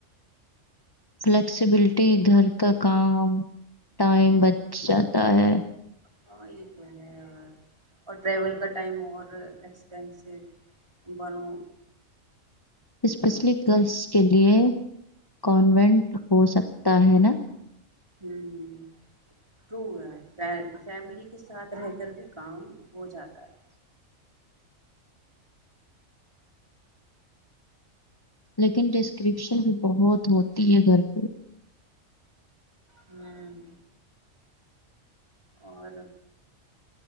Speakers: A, on the left; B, on the right.
A: فلیکسیبلٹی گھر کا کام ٹائم بچ جاتا ہے
B: ہاں یہ تو ہے یار اور ٹریول کا ٹائم اور ایکسپینسو بنوں
A: اسپیشلی گرلس کے لیئے کانوینٹ ہو سکتا ہے نا
B: ہوں تو ہے ف فیملی کے ساتھ رہ کر بھی کام ہو جاتا ہے
A: لیکن ڈسکرپشن بھی بہت ہوتی ہے گھر پہ
B: ہوں اور